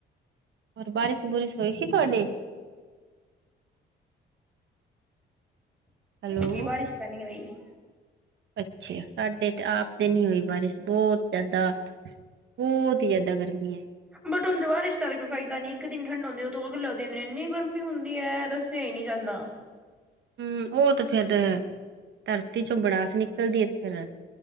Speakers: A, on the right; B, in the centre.
A: ਹੋਰ ਬਾਰਿਸ਼- ਬੂਰਸ ਹੋਈ ਸੀ। ਤੁਹਾਡੇ ਹੈਲੋ
B: ਜੀ ਬਾਰਿਸ਼ ਤਾ ਨਹੀਂ ਹੋਈ।
A: ਅੱਛਾ। ਸਾਡੇ ਤੇ ਆਪ ਦੇ ਨੀ ਹੋਈ ਬਾਰਿਸ਼ ਬਹੁਤ ਜਿਆਦਾ ਬਹੁਤ ਈ ਜਿਆਦਾ ਗਰਮੀ ਏ।
B: ਬਟ ਉਝ ਬਾਰਿਸ਼ ਦਾ ਵੀ ਕੋਈ ਫਾਇਦਾ ਨੀ। ਇੱਕ ਦਿਨ ਠੰਡਾ ਹੁੰਦੀ ਆ। ਉਸ ਤੋਂ ਅਗਲੇ ਦਿਨ ਇੰਨੀ ਗਰਮੀ ਹੁੰਦੀ ਆ ਦੱਸਿਆ ਨਹੀਂ ਜਾਂਦਾ।
A: ਹੁ ਉਹ ਤੇ ਫਿਰ ਧਰਤੀ ਚੋਂ ਬੜਾਸ ਨਿਕਲਦੀ ਹੈ। ਤੇ ਫਿਰ